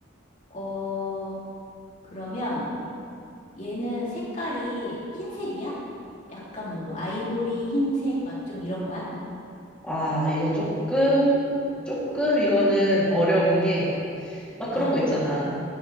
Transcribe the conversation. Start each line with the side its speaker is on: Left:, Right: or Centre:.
Left: 어, 그러면 얘는 색깔이 흰색이야? 약간 뭐, 아이보리, 흰색, 막 좀 이런 거야?
Centre: 아, 이거 조금, 조금 이거는 어려운 게, 막
Left: 어,
Centre: 그런 거 있잖아.